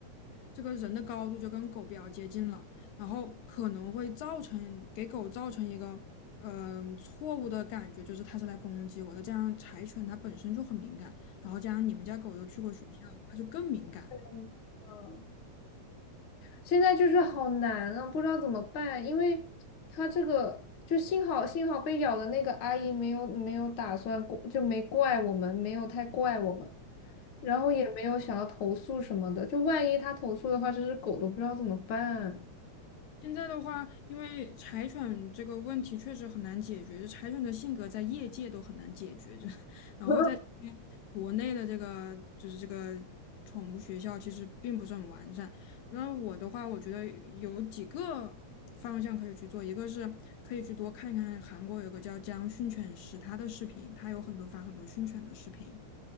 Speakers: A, on the left; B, on the left.
A: 这个人的高度就跟狗比较接近了，然后可能会造成给狗造成一个嗯、错误的感觉，就是它是来攻击我的。这样柴犬它本身就很敏感，然后加上你们家狗又去过学校，它就更敏感。
B: 嗯。现在就是好难啊，不知道怎么办，因为他这个就幸好幸好被咬的那个阿姨没有没有打算过就没怪我们，没有太怪我们，然后也没有想要投诉什么的，就万一他投诉的话，这只狗都不知道怎么办。
A: 现在的话，因为柴犬这个问题确实很难解决，柴犬的性格在业界都很难解决，就 <laughs> 然后在
B: <laughs>
A: 国内的这个就是这个宠物学校其实并不是很完善。那我的话，我觉得有几个方向可以去做，一个是可以去多看看韩国有个叫江训犬师他的视频，他有很多发很多训犬的视频，